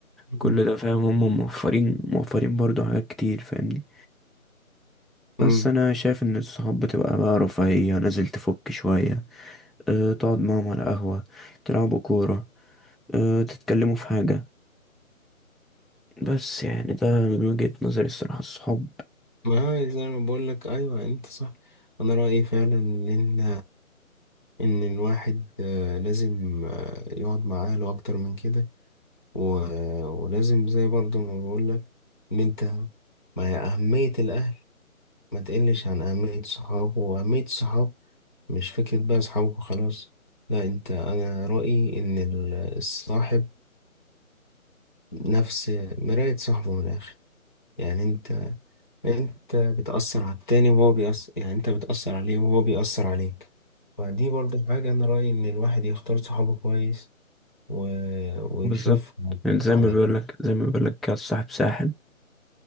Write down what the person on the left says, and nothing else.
مم.
مم.
ما زي ما بقول لك ايوه انت صح انا رايي فعلا ان ان الواحد آه، لازم آه، يقعد مع اهله اكتر من كده و- ولازم زي برضو ما بقول لك ان انت ما هي اهميه الاهل ما تقلش عن اهميه الصحاب واهميه الصحاب مش فكره بقى اصحابك وخلاص لا انت انا رايي ان ال- الصاحب نفس مرايه صاحبه من الاخر يعني انت انت بتأثر على التاني وهو بيأثر يعني انت بتأثر عليه وهو بيأثر عليك فدي برضه حاجة انا رأيي ان الواحد يختار صحابه كويس و... ويشوف
على
كده